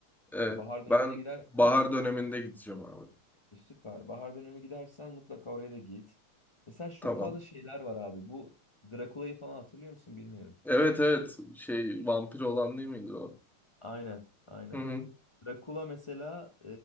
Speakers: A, in the centre; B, on the left.
A: Evet.
B: bahar dönemine
A: Ben
B: gidersen
A: bahar döneminde gideceğim abi.
B: e, süper. Bahar dönemi gidersen mutlaka oraya da git. Mesela çok
A: Tamam.
B: fazla şeyler var abi. Bu Drakula'yı falan hatırlıyor musun bilmiyorum.
A: Evet evet. Şey vampir olan değil miydi o?
B: Aynen, aynen.
A: Hı hı.
B: Drakula mesela